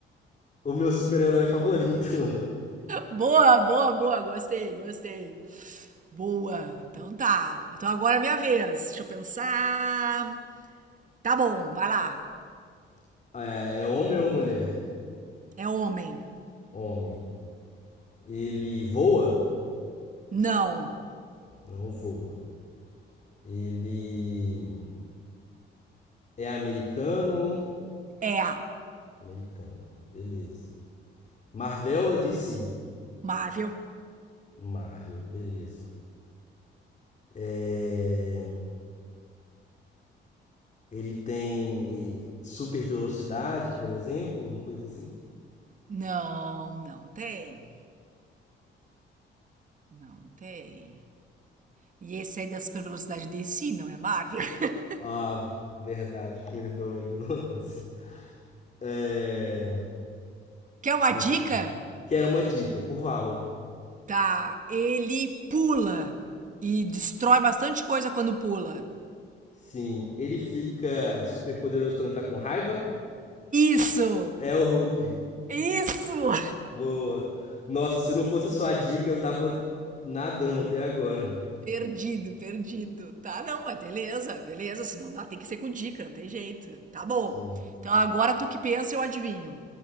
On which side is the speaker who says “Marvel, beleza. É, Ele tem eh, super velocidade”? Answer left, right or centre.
Left